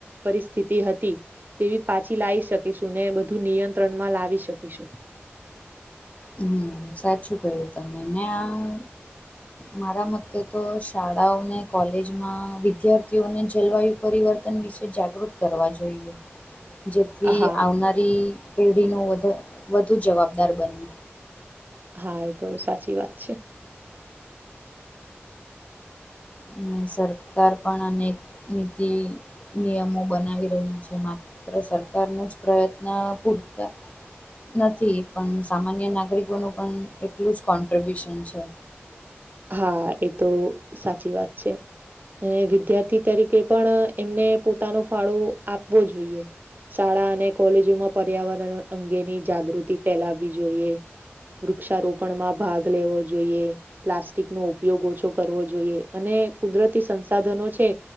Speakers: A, on the right (about 45°); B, on the left (about 30°).
A: પરિસ્થિતિ હતી. તેવી પાછી લાઈ શકીશું ને બધું નિયંત્રણમાં લાવી શકીશું.
B: હમ સાચું કહ્યું તમે ને આ મારા મતે તો શાળાઓને કોલેજમાં વિદ્યાર્થીઓને જલવાયુ પરિવર્તન વિશે જાગૃત કરવા જોઈએ. જેથી
A: હા
B: આવનારી પેઢીનો વધ વધુ જવાબદાર બને.
A: હા એતો સાચી વાત છે.
B: અને સરકાર પણ અનેક નીતિ નિયમો બનાવી રહી છે. માત્ર સરકારનો જ પ્રયત્ન પૂરતા નથી પન સામાન્ય નાગરિકોનું પણ એટલું જ કોન્ટ્રિબ્યુશન છે.
A: હા એ તો સાચી વાત છે. અને વિદ્યાર્થી તરી કે પણ એમને પોતાનો ફાળો આપવો જોઈએ. શાળા અને કોલેજોમાં પર્યાવરણ અંગેની જાગૃતિ ફેલાવવી જોઈએ. વૃક્ષારોપણમાં ભાગ લેવો જોઈએ. પ્લાસ ટિકનો ઉપયોગ ઓછો કરવો જોઈએ. અને કુદરતી સંસાધનો છે